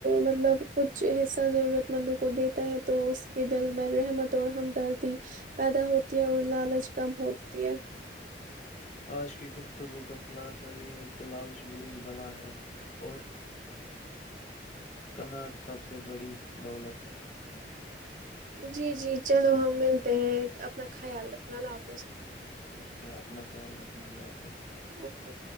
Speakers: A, on the right; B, on the left.
A: مطلب کچھ حصہ ضرورت مندوں کو دیتا ہے تو اس کے دل میں رحمت اور ہمدردی پیدا ہوتی ہے اور لالچ کم ہوتی ہے
B: آج کی گفتگو کا خلاصہ یہ ہے کہ لالچ بری بلا ہے اور کنعت سب سے بڑی دولت
A: جی جی چلو ہم ملتے ہیں اپنا خیال رکھنا لاپ
B: اوکے آپ اپنا خیال رکھنا اللہ حافظ
A: اوکے